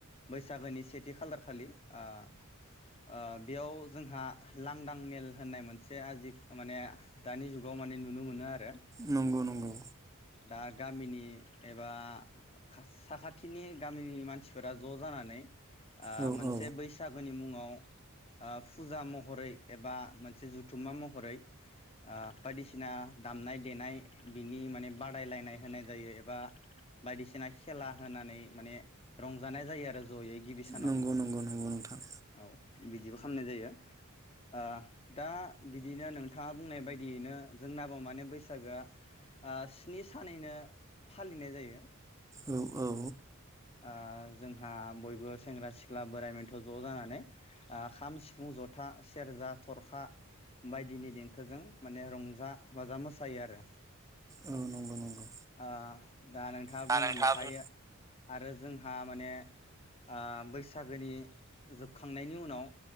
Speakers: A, on the left (about 25°); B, on the right (about 15°).
A: बैसागोनि सेथि खालार खालि ओ-ओ बेयाव जोंहा लांदां मेल होननाय मोनसे आजि माने दानि जुग खौ माने नुनो मोनो आर
B: नंगौ-नंगौ।
A: दा गामिनि एबा साखाथिनि गामिनि मानसिफोरा ज' जानानै ओ
B: औ
A: मोनसे
B: औ
A: बैसागोनि मुङाव ओ फुजा महरै एबा मोनसे जुथुमा महरै ओ बायदिसिना दामनाय देनाय बिनि माने बादायलायनाय होनाय जायो एबा बायदिसिना खेला होनानै माने रंजानाय जायो आरो जयै गिबि सानाव
B: नंगौ-नंगौ-नंगौ नोंथां।
A: औ बिदिबो खामनाय जायो ओ दा बिदिनो नोंथाङा बुंनाय बाय दियैनो जोंनाबो माने बैसागोआ ओ स्नि सानैनो फालिनाय जायो।
B: औ-औ
A: आ जोंहा बयबो सेंग्रा सिख्ला बोराइ बेन्थ' ज' जानानै ओ खाम सिफुं जथा सेरजा थरखा बायदिनि देंखोजों माने रंजा बाजा मोसायो आरो,
B: औ नंगौ नंगौ।
A: ओ दा नोंथाङा
B: दा
A: बुंनाय लेखायो
B: बुं
A: आरो जोंहा माने ओ बैसागोनि जोबखांनायनि उनाव